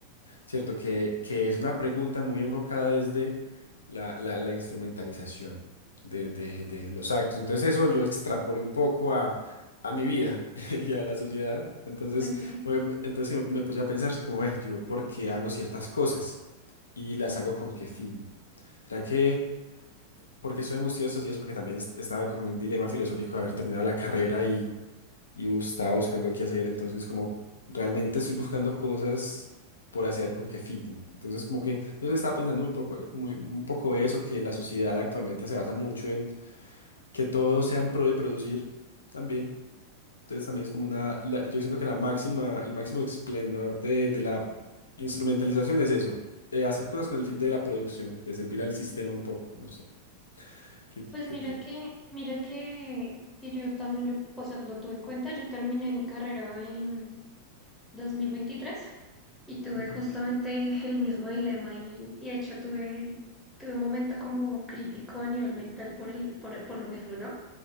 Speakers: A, on the left; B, in the centre.
A: ¿cierto? Que, que es una pregunta muy enfocada desde la, la- la instrumentalización de, de- de los actos. Entonces eso lo extrapolé un poco a, a mi vida <laughs> y a la sociedad. Entonces,
B: Ok,
A: me- me- entonces sí me, me puse a pensar como, "Ve, yo, ¿por qué hago ciertas cosas? ¿Y las hago con qué fin? ¿Será que porque estoy angustiado estos días? Porque también est- estaba como en un dilema filosófico de haber terminado la carrera y bus- estaba buscando qué hacer, entonces como realmente estoy buscando cosas por hacer con qué fin. Entonces como que, no sé, estaba pensando muy poco, muy, un poco eso, que la sociedad actualmente se basa mucho en que todo sea en pro de producir también. Entonces también es como una, la- yo siento que la máxima, el máximo esplendor de, de la instrumentalización es eso, eh, hacer cosas con el fin de la producción, de servir al sistema un poco, no sé, qué,
B: Pues
A: qué
B: mira
A: piensas?
B: que, mira que, que yo también lo, o sea, lo tuve en cuenta. Yo terminé mi carrera en 2023 y tuve
A: Ujú,
B: justamente el mismo dilema y, y de hecho tuve, tuve un momento como crítico a nivel mental por el, por, por lo mismo, ¿no?